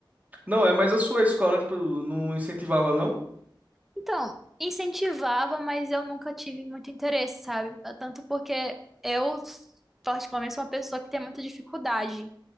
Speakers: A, on the right; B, in the centre.
A: Não é, mas a sua escola tipo, não incentivava, não?
B: Então, incentivava, mas eu nunca tive muito interesse, sabe? Tanto porque eu, particularmente, sou uma pessoa que tem muita dificuldade.